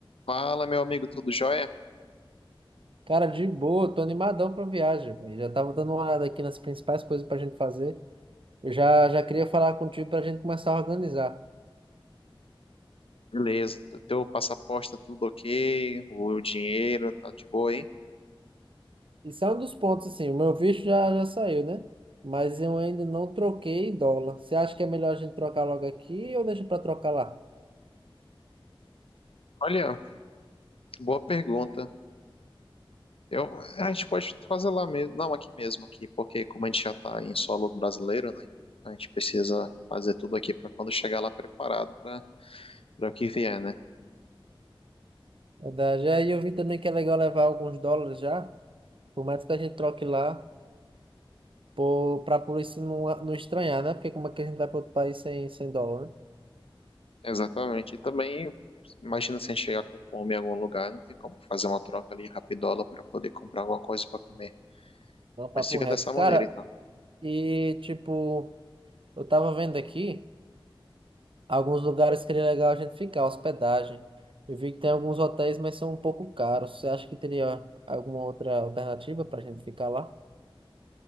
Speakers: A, on the left; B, on the right.
A: Fala, meu amigo, tudo jóia?
B: Cara, de boa, tô animadão pra viagem, velho. Já tava dando uma olhada aqui nas principais coisas pra gente fazer. Eu já, já queria falar contigo pra gente começar a organizar.
A: Beleza, t- teu passaporte tá tudo ok, o dinheiro tá de boa, hein?
B: Isso é um dos pontos, assim, o meu visto já, já saiu, né? Mas eu ainda não troquei dólar. Você acha que é melhor a gente trocar logo aqui ou deixa pra trocar lá?
A: Olha, boa pergunta. Eu, a gente pode fazer lá mesmo, não, aqui mesmo, aqui, porque como a gente já tá em solo brasileiro, né? A gente precisa fazer tudo aqui para quando chegar lá preparado para para o que vier, né?
B: É Verdade. Aí eu vi também que é legal levar alguns dólares já, por mais que a gente troque lá, ou pra polícia não, não estranhar, né? Porque como é que a gente vai pra outro país sem, sem dólar, né?
A: Exatamente. E também, imagina se a gente chegar com fome em algum lugar, não tem como fazer uma troca ali rapidola para poder comprar alguma coisa para comer.
B: Não, papo
A: Mas fica
B: reto.
A: dessa
B: Cara,
A: maneira, então.
B: e tipo, eu tava vendo aqui. Alguns lugares que seria legal a gente ficar, hospedagem. Eu vi que tem alguns hotéis, mas são um pouco caros. Você acha que teria alguma outra alternativa para a gente ficar lá?